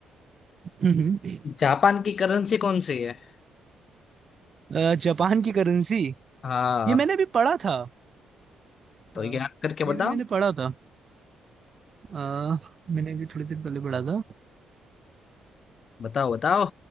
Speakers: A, on the right; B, on the left.
A: हम्म हम्म।
B: जापान की करेंसी कौन सी है
A: अ, जापान की करेंसी
B: हाँ
A: ये मैंने भी पढ़ा था
B: तो
A: अ,
B: याद करके
A: ये
B: बताओ
A: भी मैंने पढ़ा था अ, मैंने भी थोड़ी देर पहले पढ़ा था
B: बताओ बताओ